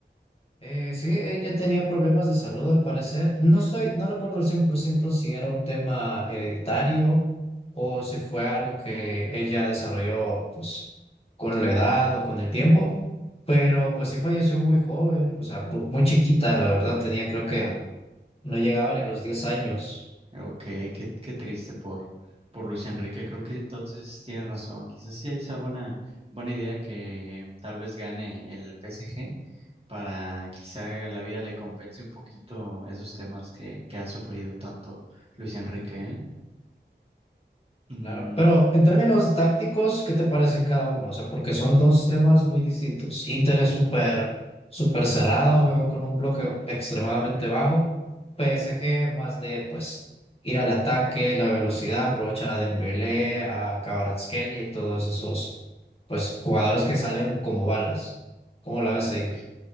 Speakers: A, on the left (about 30°); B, on the right (about 30°).
A: Eh, sí, ella tenía problemas de salud al parecer. No estoy, no recuerdo al 100% si era un tema hereditario o si fue algo que ella desarrolló pues, con la edad o con el tiempo, pero pues sí falleció muy joven, o sea, bu- muy chiquita, la verdad, tenía creo
B: Ya.
A: que no llegaba ni a los 10 años.
B: Ok, qué, qué triste por, por Luis Enrique. Creo que entonces tienes razón. Quizás sí hay esa buena, buena idea que mm, tal vez gane el PSG para quizá la vida le compense un poquito esos temas que, que ha sufrido tanto Luis Enrique, ¿eh? Mm,
A: Claro, pero en términos tácticos, ¿qué te parecen cada uno? O sea, porque son dos temas muy distintos. Inter es súper, súper cerrado, juegan con un bloque extremadamente bajo. PSG más de, pues, ir al ataque, la velocidad, aprovechar a Dembélé, a Kvaratskhelia y todos esos, pues, jugadores que salen como balas. ¿Cómo la
B: uy.
A: ves ahí?